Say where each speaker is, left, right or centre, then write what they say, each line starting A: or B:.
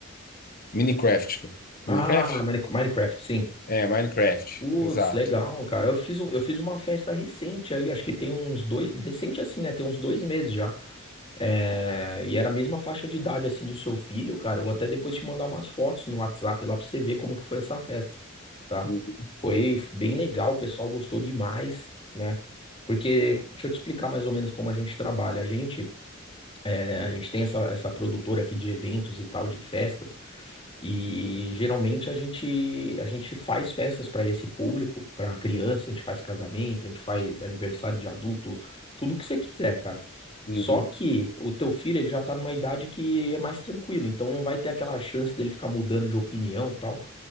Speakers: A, on the left; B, on the left.
A: Minecraft.
B: Ah,
A: Minecraft?
B: Mine- Minecraft, sim.
A: É, Minecraft,
B: Putz,
A: exato.
B: legal, cara. Eu fiz, um- eu fiz uma festa recente aí, acho que tem uns dois. Recente assim, né? Tem uns dois meses já. É, e era a mesma faixa de idade assim do seu filho, cara. Eu vou até depois te mandar umas fotos no WhatsApp lá pra você ver como que foi essa festa, tá?
A: Uhum,
B: Foi bem legal, o pessoal gostou demais, né? Porque, deixa eu te explicar mais ou menos como a gente trabalha. A gente. É, a gente tem essa, essa produtora aqui de eventos e tal, de festas, e geralmente a gente, a gente faz festas para esse público, para criança, a gente faz casamento, a gente faz aniversário de adulto, tudo que você quiser, cara.
A: uhum.
B: Só que o teu filho, ele já tá numa idade que é mais tranquilo, então não vai ter aquela chance dele ficar mudando de opinião e tal.